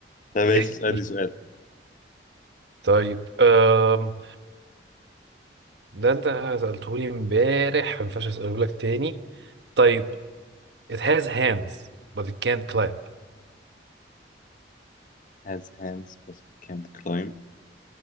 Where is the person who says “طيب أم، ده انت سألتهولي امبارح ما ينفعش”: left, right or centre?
Right